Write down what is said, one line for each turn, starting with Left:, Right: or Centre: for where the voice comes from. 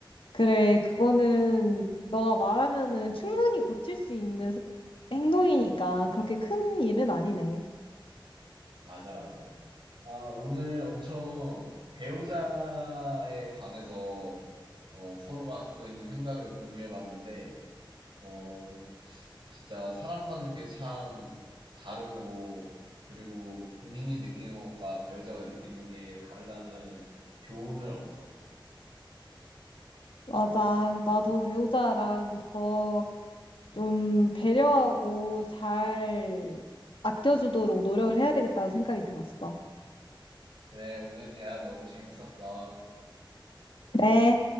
Left: 그래, 그거는 너가 말하면은 충분히 고칠 수 있는 스- 행동이니까 그렇게 큰 일은 아니네.
Right: 맞아, 맞아. 아, 오늘 엄청 배우자에 관해서 어, 서로가 갖고 있는 생각을 공유해 봤는데, 어, 진짜 사람 사는 게 참 다르고, 그리고 본인이 느끼는 것과 배우자가 느끼는 게 다르다는 교훈을 얻었어.
Left: 맞아. 나도 배우자랑 더 좀 배려하고 잘 아껴주도록 노력을 해야 되겠다는 생각이 들었어.
Right: 그래, 오늘 대화 너무 재밌었어.
Left: 그래.